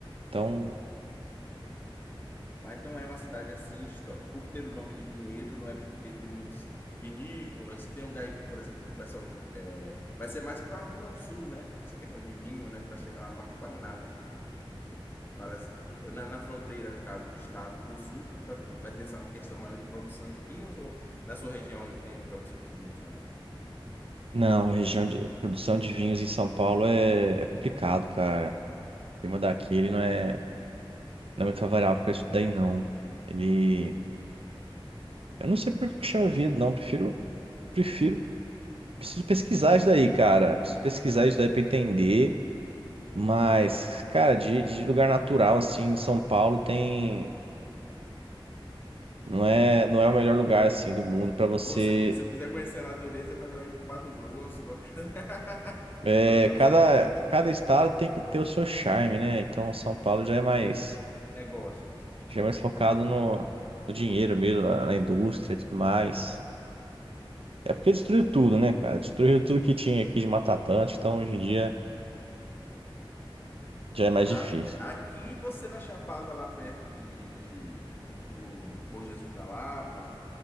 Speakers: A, on the right; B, on the left.
A: Então,
B: Mas não é uma cidade assim, histó- por ter o nome de Vinhedo, não é porque tem muitos vinícolas, tem um lugar aí que, por exemplo, que o pessoal é, vai ser mais para o sul, né? Essa questão de vinho, né? Que vai chegar lá mais para o Paraná, né? Para, na, na fronteira, no caso, do estado para o sul, que vai, vai ter essa questão maior de produção de vinhos, ou na sua região aí tem produção de vinhos também?
A: não, a região de produção de vinhos em São Paulo é, é complicado, cara. O clima daqui, ele não é, não é muito favorável para isso daí, não. Ele... Eu não sei por que chama vida, não. Prefiro, prefiro, preciso pesquisar isso daí, cara. Preciso pesquisar
B: Ou,
A: isso daí pra entender. Mas, cara, de, de lugar natural, assim, em São Paulo tem. Não é, não é o melhor lugar, assim, do mundo pra você.
B: ou seja, se eu quiser conhecer a natureza, é melhor ir para o Mato Grosso, qualquer... <laughs>
A: é,
B: não passar
A: cada,
B: por aí.
A: cada estado tem que ter o seu charme, né? Então, São Paulo já é mais,
B: Negócios.
A: já é mais focado no, no dinheiro mesmo, na, na indústria e tudo mais. É porque destruiu tudo, né, cara? Destruiu tudo que tinha aqui de Mata Atlântica, então hoje em dia já é mais
B: A-
A: difícil.
B: Aqui você na Chapada, lá perto de, de- de- do Bom Jesus da Lapa,